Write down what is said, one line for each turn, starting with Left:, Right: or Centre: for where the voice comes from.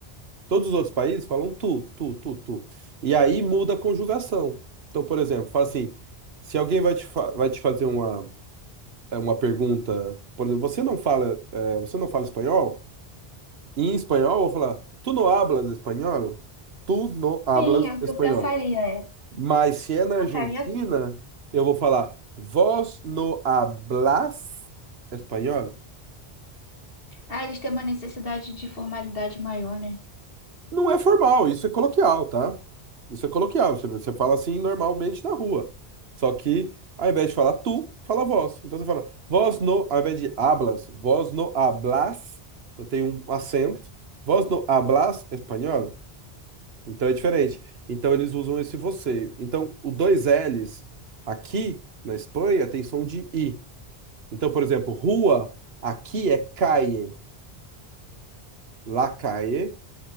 Right: Todos os outros países falam tu, tu, tu, tu. E aí muda a conjugação. Então, por exemplo, fala assim, se alguém vai te, fa- vai te fazer uma, é, uma pergunta, por exemplo, você não fala, é, você não fala espanhol? Em espanhol, eu vou falar, tu não hablas espanhol? Tu não hablas
Left: Sim, é o
Right: espanhol.
Left: que eu pensaria, é.
Right: Mas se é na
Left: Pensaria
Right: Argentina,
Left: assim.
Right: eu vou falar, vós no hablas espanhol?
Left: Ah, eles têm uma necessidade de formalidade maior, né?
Right: Não é formal, isso é coloquial, tá? Isso é coloquial, você, você fala assim normalmente na rua. Só que, ao invés de falar tu, fala vós. Então você fala, vós no, ao invés de hablas, vós no hablas, então tem um acento, vós no hablas espanhol, então é diferente. Então eles usam esse você. Então, o dois L's aqui na Espanha tem som de I. Então, por exemplo, rua, aqui é calle, la calle,